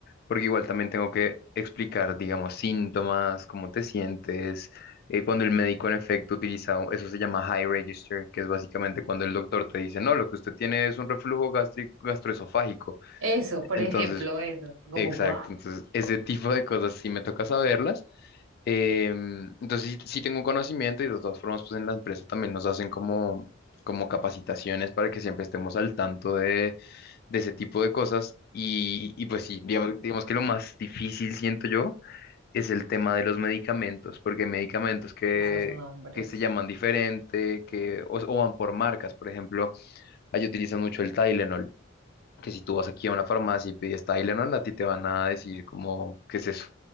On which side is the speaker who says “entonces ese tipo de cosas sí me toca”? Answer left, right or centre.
Left